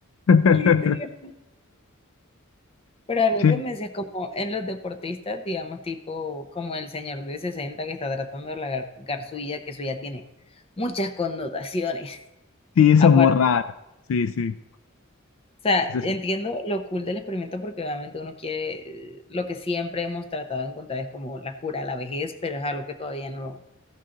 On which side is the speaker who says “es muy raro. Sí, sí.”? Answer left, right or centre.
Left